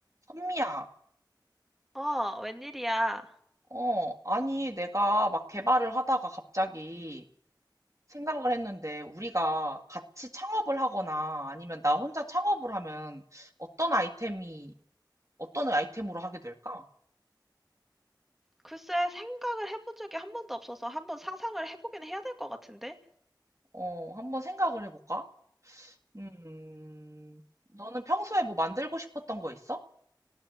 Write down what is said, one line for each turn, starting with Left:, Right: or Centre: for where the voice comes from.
Right: 선미야,
Centre: 어, 웬일이야.
Right: 어, 아니, 내가 막 개발을 하다가 갑자기 생각을 했는데, 우리가 같이 창업을 하거나 아니면 나 혼자 창업을 하면 어떤 아이템이, 어떤 아이템으로 하게 될까?
Centre: 글쎄, 생각을 해본 적이 한 번도 없어서 한번 상상을 해보긴 해야 될 것 같은데?
Right: 어, 한번 생각을 해볼까? 음, 너는 평소에 뭐 만들고 싶었던 거 있어?